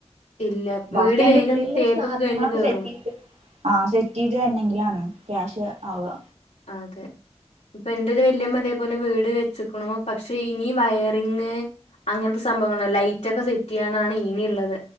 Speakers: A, on the left; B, on the right.
A: ഇല്ല
B: ബാക്കി
A: വീട്
B: അയിന്റെ
A: വേഗം
B: ഉള്ളില
A: തേപ്പൊക്കെ
B: സാധനങ്ങളൊക്കെ
A: കഴിഞ്ഞ് കേറും.
B: സെറ്റ് ചെയ്ത് ആ സെറ്റ് ചെയ്ത് തരണെങ്കിലാണ് ക്യാഷ് ആവുക
A: അതെ ഇപ്പ എൻന്റെറത് വല്യമ്മ അതേപോലെ വീട് വെച്ചക്കണോ പക്ഷെ ഇനി വയറിങ് അങ്ങനത്തെ സംഭവങ്ങള ലൈറ്റ് ഒക്കെ സെറ്റ് ചെയ്യാനാണ് ഇന ഉള്ളത്